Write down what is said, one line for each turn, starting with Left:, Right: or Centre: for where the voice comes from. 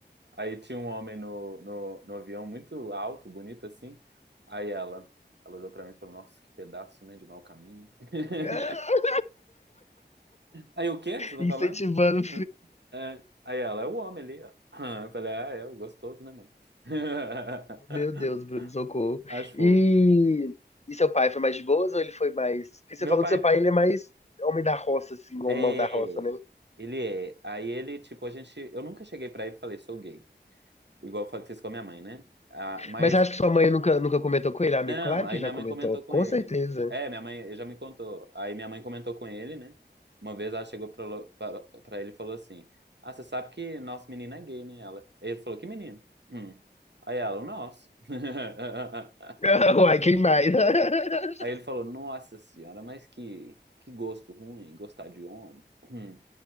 Right: Aí tinha um homem no, no, no avião muito alto, bonito assim. Aí ela, ela olhou pra mim e falou: Nossa, que pedaço, né, de mau caminho. <laughs>
Left: ah,
Right: Aí o quê que você tá
Left: incentivando.
Right: falando? Hã? É. Aí ela, é o homem ali, ó. <laughs> Eu falei: Ah, é, é gostoso, né, mano? <laughs>
Left: Meu Deus, Bruno, socorro.
Right: Acho
Left: E,
Right: fofo.
Left: e seu pai foi mais de boas ou ele foi mais. Porque você
Right: Meu
Left: falou
Right: pai
Left: que seu pai ele é mais homem da roça, assim, ou
Right: é.
Left: mão da roça, né?
Right: Ele é. Aí ele, tipo, a gente. Eu nunca cheguei pra ele e falei: Sou gay. Igual eu fa- fiz com a minha mãe, né? Ah, mas
Left: Mas eu acho que sua mãe nunca, nunca comentou com ele, Ah, amigo.
Right: Não,
Left: Claro
Right: aí
Left: que já
Right: minha
Left: comentou,
Right: mãe comentou com
Left: com
Right: ele.
Left: certeza.
Right: É, minha mãe ele já me contou. Aí minha mãe comentou com ele, né? Uma vez ela chegou pra, lo- fa- pra ele e falou assim: Ah, você sabe que nosso menino é gay, né? Ela. Ele falou: Que menino? Hum. Aí ela: O nosso. <laughs>
Left: <laughs> Uai, quem mais? <laughs>
Right: Aí ele falou: Nossa senhora, mas que, que gosto ruim, gostar de homem. Hum.